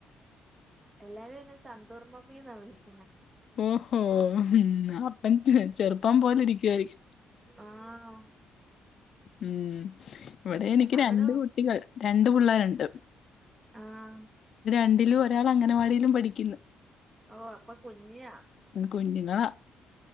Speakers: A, on the right (about 25°); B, on the left (about 55°).
A: എല്ലാരും എന്നെ സന്തൂർമ്മമ്മിന്നാ വിളിക്കുന്നത്
B: ഓഹോ അപ്പം ചെറുപ്പം പോലെ ഇരിക്കുവായിരിക്കും
A: ആഹ്
B: ഉം ഇവിടെ എനിക്ക്
A: അവിടോ
B: രണ്ട് കുട്ടികൾ രണ്ട് പിള്ളേരുണ്ട്
A: ആഹ്
B: രണ്ടിലും ഒരാൾ അംഗനവാടിയിലും പഠിക്കുന്നു
A: ഓ അപ്പൊ കുഞ്ഞാ
B: കുഞ്ഞുങ്ങളാ